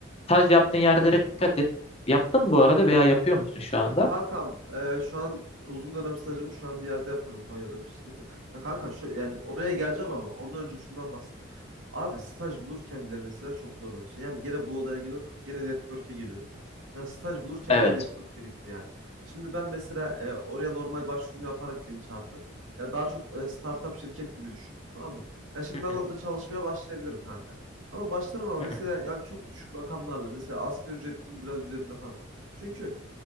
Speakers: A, on the left (about 30°); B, on the right (about 85°).
A: staj yaptığın yerlere dikkat et. Yaptın mı bu arada veya yapıyor musun şu anda?
B: Kankam e, şu an uzun dönem stajımı şu an bir yerde yapıyorum Konya'da bir şirkette. Ya kanka şu yani oraya geleceğim ama ondan önce şundan bahsedeyim. Abi staj bulurken bile mesela çok zorlanıyorsun. Yani gene bu olaya geliyoruz ama gene network'e geliyoruz. Ya staj bulurken
A: Evet.
B: bile network gerekiyor yani. Şimdi ben mesela e, oraya normal başvurumu yaparak beni çağırdılar. Ya daha çok e, startup şirket gibi düşün. Tamam mı? Ya şimdi
A: Hı
B: ben
A: hı,
B: orada çalışmaya başlayabilirim kanka. Ama başlarım ama
A: hı
B: mesela
A: hı,
B: yani çok düşük rakamlarla. Mesela asgari ücretin biraz üzerinde falan. Çünkü